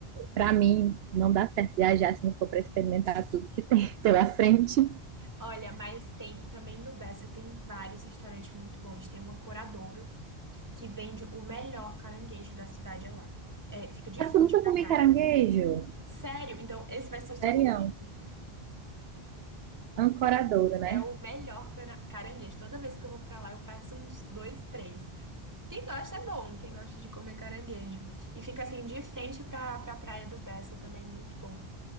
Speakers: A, on the right; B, on the right.
A: pra mim não dá certo viajar se não for pra experimentar tudo que tem <laughs> pela frente.
B: Olha, mas tem também no Bessa tem vários restaurantes muito bons. Tem um Ancoradouro que vende o melhor caranguejo da cidade é lá. É, fica de
A: Sabe
B: frente
A: eu nunca
B: pra
A: comi
B: praia.
A: caranguejo?
B: Sério? Então esse vai ser o seu
A: Sério.
B: momento.
A: Ancoradouro, né?
B: É o melhor cana- caranguejo. Toda vez que eu vou pra lá, eu peço uns dois, três. Quem gosta é bom, quem gosta de comer caranguejo. E fica assim de frente pra, pra Praia do Bessa também, muito bom.